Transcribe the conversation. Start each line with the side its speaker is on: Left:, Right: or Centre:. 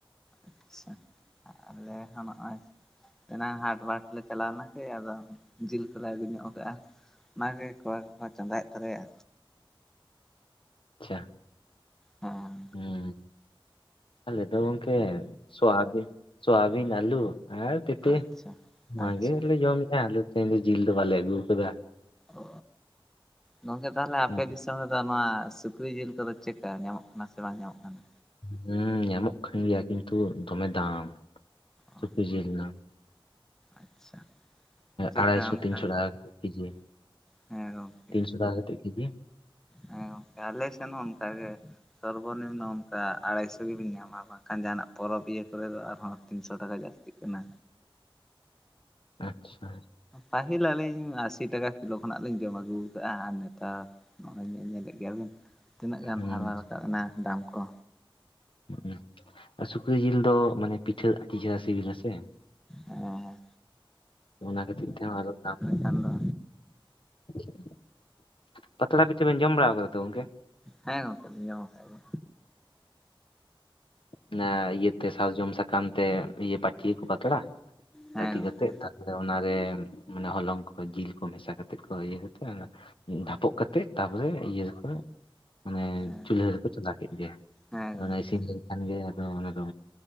Centre: ᱟᱪᱪᱷᱟ ᱟᱞᱮ ᱦᱚᱸ ᱱᱚᱜᱼᱚᱭ ᱮᱱᱟᱝ ᱦᱟᱴᱵᱟᱴ ᱞᱮ ᱪᱟᱞᱟᱣ ᱞᱮᱱᱟ ᱥᱮ ᱟᱫᱚ ᱡᱤᱞ ᱠᱚᱞᱮ ᱟᱹᱜᱩ ᱧᱚᱜ ᱠᱟᱜᱼᱟ᱾ ᱚᱱᱟᱜᱮ ᱠᱚᱲᱟ ᱠᱚᱠᱚ ᱪᱚᱸᱫᱟᱭᱮᱜ ᱛᱟᱞᱮᱭᱟ᱾
Left: ᱪᱷᱟ᱾
Centre: ᱦᱮᱸ
Left: ᱦᱩᱸ ᱟᱞᱮ ᱫᱚ ᱜᱚᱝᱠᱮ ᱥᱳᱣᱟᱵᱤᱱ ᱥᱚᱣᱟᱵᱤᱱ ᱟᱞᱩ ᱟᱨ ᱯᱮᱯᱮ
Centre: ᱟᱪᱪᱷᱟ
Left: ᱱᱚᱣᱟ
Centre: ᱟᱪᱪᱷᱟ
Left: ᱜᱮᱞᱮ ᱡᱚᱢᱮᱫᱼᱟ ᱟᱞᱩ ᱛᱮᱦᱮᱧ ᱫᱚ ᱡᱤᱞ ᱫᱚ ᱵᱟᱞᱮ ᱟᱹᱜᱩ ᱠᱟᱫᱟ᱾
Centre: ᱚ ᱜᱚᱝᱠᱮ ᱛᱟᱦᱚᱞᱮ
Left: ᱦᱩᱸ
Centre: ᱟᱯᱮ ᱫᱤᱥᱚᱢ ᱨᱮᱫᱚ ᱱᱚᱣᱟ ᱥᱩᱠ ᱥᱩᱠᱨᱤ ᱡᱮᱞ ᱠᱚᱫᱚ ᱪᱮᱠᱟ ᱧᱟᱢᱚᱜ ᱠᱟᱱᱟ ᱥᱮ ᱵᱟᱝ ᱧᱟᱢᱚᱜ ᱠᱟᱱᱟ?
Left: ᱦᱮᱸ ᱧᱟᱢᱚᱜ ᱠᱟᱱ ᱜᱮᱭᱟ, ᱠᱤᱱᱛᱩ ᱫᱚᱢᱮ ᱫᱟᱢ
Centre: ᱚ
Left: ᱥᱩᱠᱨᱤ ᱡᱮᱞ ᱱᱟᱜ᱾
Centre: ᱟᱪᱪᱷᱟ᱾ ᱪᱮᱫᱠᱟ
Left: ᱟᱲᱟᱭᱥᱚ
Centre: ᱚᱱᱠᱟ
Left: ᱛᱤᱱᱥᱚ ᱴᱟᱠᱟ ᱠᱟᱛᱮᱜ ᱠᱤᱡᱤ
Centre: ᱦᱮᱸ ᱜᱚᱝᱠᱮ
Left: ᱛᱤᱱᱥᱚ ᱴᱟᱠᱟ ᱠᱟᱛᱮᱜ ᱠᱤᱡᱤ᱾
Centre: ᱦᱮᱸ ᱜᱚᱝᱠᱮ ᱟᱞᱮ ᱥᱮᱱ ᱦᱚᱸ ᱚᱝᱠᱟᱜᱮ ᱥᱚᱨᱵᱚᱱᱤᱢᱱᱚ ᱚᱝᱠᱟ ᱟᱲᱟᱭᱥᱚ ᱜᱮᱵᱤᱱ ᱧᱟᱢᱟ ᱵᱟᱝ ᱠᱷᱟᱱ ᱡᱟᱦᱟᱱᱟᱜ ᱯᱚᱨᱚᱵᱽ ᱤᱭᱟᱹ ᱠᱚᱨᱮ ᱫᱚ ᱟᱨᱦᱚᱸ ᱛᱤᱱᱥᱚ ᱴᱟᱠᱟ ᱡᱟᱹᱥᱛᱤᱜ ᱠᱟᱱᱟ᱾
Left: ᱟᱪᱪᱷᱟ᱾
Centre: ᱯᱟᱹᱦᱤᱞ ᱟᱹᱞᱤᱧ ᱟᱥᱤ ᱴᱟᱠᱟ ᱠᱤᱞᱳ ᱠᱷᱚᱱᱟᱜ ᱞᱤᱧ ᱡᱚᱢ ᱟᱹᱜᱩ ᱠᱟᱜᱼᱟ ᱟᱨ ᱱᱮᱛᱟᱨ ᱱᱚᱜᱼᱚᱭ ᱧᱮ ᱧᱮᱞᱮᱫ ᱜᱮᱭᱟᱵᱤᱱ ᱛᱤᱱᱟᱹᱜ ᱜᱟᱱ
Left: ᱦᱩᱸ
Centre: ᱦᱟᱨᱟ ᱨᱟᱠᱟᱵ ᱱᱟ ᱫᱟᱢ ᱠᱚ᱾
Left: ᱦᱩᱜ ᱩᱸ ᱟᱨ ᱥᱩᱠᱨᱤ ᱡᱤᱞ ᱫᱚ ᱢᱟᱱᱮ ᱯᱤᱴᱷᱟᱹ ᱟᱹᱰᱤ ᱪᱮᱦᱨᱟ ᱥᱤᱵᱤᱞᱟ ᱥᱮ᱾
Centre: ᱦᱮᱸ
Left: ᱚᱱᱟ ᱠᱷᱟᱹᱛᱤᱨ ᱛᱮᱦᱚᱸ ᱟᱫᱚ ᱫᱟᱢ
Centre: ᱠᱷᱟᱱ ᱫᱚ
Left: <unintelligible> ᱯᱟᱛᱲᱟ ᱯᱤᱴᱷᱟᱹ ᱵᱮᱱ ᱡᱚᱢ ᱵᱟᱲᱟ ᱠᱟᱫᱟ ᱛᱚ ᱜᱚᱝᱠᱮ?
Centre: ᱦᱮᱸ ᱜᱚᱝᱠᱮ ᱞᱤᱧ ᱡᱚᱢ ᱠᱟᱜ ᱜᱮᱭᱟ᱾
Left: ᱚᱱᱟ ᱤᱭᱟᱹᱛᱮ ᱥᱟᱨᱡᱚᱢ ᱥᱟᱠᱟᱢ ᱛᱮ ᱯᱟᱹᱴᱤᱭᱟ ᱠᱚ ᱯᱟᱛᱲᱟ
Centre: ᱦᱮᱸ
Left: ᱯᱟᱹᱴᱤ
Centre: ᱜᱚᱝᱠᱮ
Left: ᱠᱟᱛᱮᱜ ᱛᱟ ᱯᱚᱨᱮ ᱚᱱᱟᱨᱮ ᱦᱚᱞᱚᱝ ᱠᱚ ᱡᱤᱞ ᱠᱚ ᱢᱮᱥᱟ ᱠᱟᱛᱮ ᱠᱚ ᱤᱭᱟᱹ ᱠᱟᱛᱮᱫ ᱚᱱᱟ ᱰᱷᱟᱯᱚᱜ ᱠᱟᱛᱮᱫ ᱛᱟᱯᱚᱨᱮ ᱤᱭᱟᱹ ᱨᱮ ᱠᱚ ᱢᱟᱱᱮ
Centre: ᱦᱮᱸ
Left: ᱪᱩᱞᱦᱟᱹ ᱨᱮᱠᱚ ᱪᱚᱸᱫᱟ ᱠᱮᱫ ᱜᱮ
Centre: ᱦᱮᱸ ᱜᱚᱝᱠᱮ
Left: ᱚᱱᱟ ᱤᱥᱤᱱ ᱞᱟ. ᱠᱷᱟᱱᱜᱮ ᱟᱫᱚ ᱚᱱᱟ ᱫᱚ